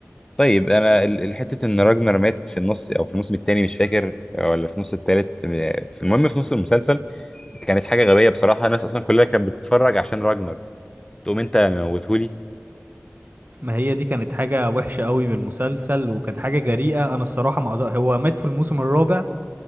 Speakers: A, on the left; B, on the right.
A: طيب انا ال- ال- حته ان راجنر مات في النص او في الموسم الثاني مش فاكر ولا في نص الثالث في المهم في نص المسلسل كانت حاجه غبيه بصراحه الناس اصلا كلها كانت بتتفرج عشان راجنر تقوم انت موتهولي
B: ما هي دي كانت حاجة وحشة قوي من المسلسل وكانت حاجة جريئة أنا الصراحة ما أقدر هو مات في الموسم الرابع